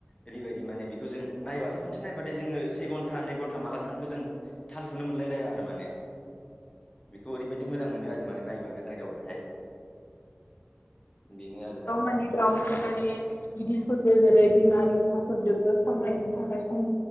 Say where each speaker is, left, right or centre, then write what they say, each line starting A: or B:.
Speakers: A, on the left; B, on the left.
A: ओरैबायदि माने बेखौ जों नायबाथाय खनसे नायबा जोङो से घटा नै घन्टा माला थांखो जों थालखौनो मोनलायलाया आरो माने। बेखौ ओरैबायदि मोजां मोनो आरो माने नायबा नायदावबाथाय। बिनो आरो दा।
B: गामिफ्रावनो दायो गिदिरफोरजों जेरै- बिमा बिफाफोरदोबो सावरायनो थाखाय सम